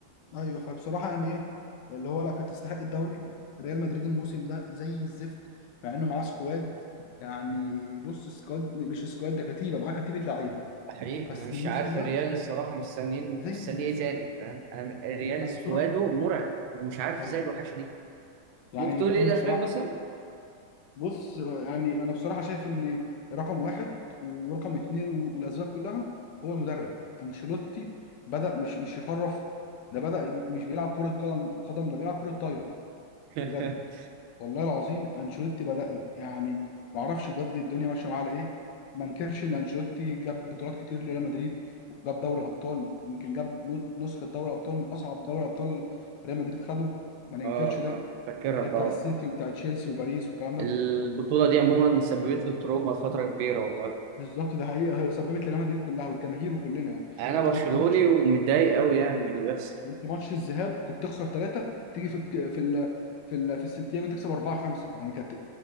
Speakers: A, on the left; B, on the right.
A: ايوه فبصراحه يعني ايه اللي هو لا كانت تستحق الدوري ريال مدريد الموسم ده زي الزفت مع انه معاه سكواد يعني بص سكواد مش سكواد ده كتيبه معاه كتيبه لعيبه
B: حقيقي
A: بس
B: أنا مش
A: الموسم
B: عارف
A: ده
B: الريال الصراحة مستنيين
A: زي
B: مستني
A: الزفت
B: إيه تاني فاهم أنا م- الريال
A: يعني
B: سكواده
A: بصراحة
B: مرعب ومش عارف
A: أيوة
B: إزاي الوحشة دي
A: يعني
B: ممكن تقول
A: مبابي
B: إيه الأسباب
A: بصراحة
B: مثلا؟
A: بص آه، يعني أنا بصراحة شايف إن رقم واحد ورقم اتنين و- والأسباب كلها هو المدرب أنشيلوتي بدأ مش مش يخرف ده بدأ م- مش بيلعب كرة قدم قدم ده بيلعب كرة طايرة
B: <laughs>
A: بجد والله العظيم أنشيلوتي بدأ يعني معرفش بجد الدنيا ماشية معاه على إيه ما انكرش إن أنشيلوتي جاب بطولات كتير لريال مدريد وجاب دوري الأبطال يمكن جاب نو- نسخة دوري الأبطال من أصعب دوري أبطال ريال مدريد خده ما ننكرش
B: آه
A: ده
B: آه فاكرها
A: اللي هي بتاع
B: طبعا
A: السيتي وبتاع تشيلسي وباريس والكلام ده
B: البطولة دي عموما سببت لي تروما فترة كبيرة والله
A: بالظبط ده حقيقه هي سببت لريال مدريد كلها والجماهير وكلنا يعني
B: أنا
A: انت
B: برشلوني
A: كنت ماتش
B: ومتضايق أوي يعني من اللي بيحصل
A: انت ماتش الذهاب كنت تخسر ثلاثه تيجي في الك- في ال... في ال... في السنتياجو تكسب اربعه خمسه يعني كانت